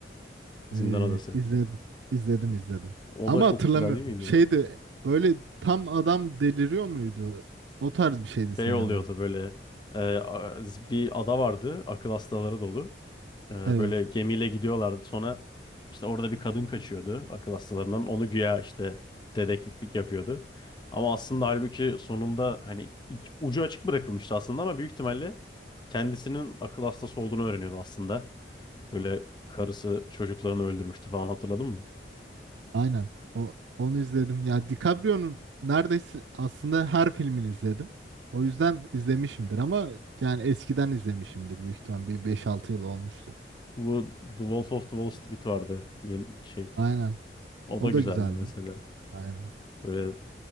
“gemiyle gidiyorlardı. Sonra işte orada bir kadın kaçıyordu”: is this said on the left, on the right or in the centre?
Left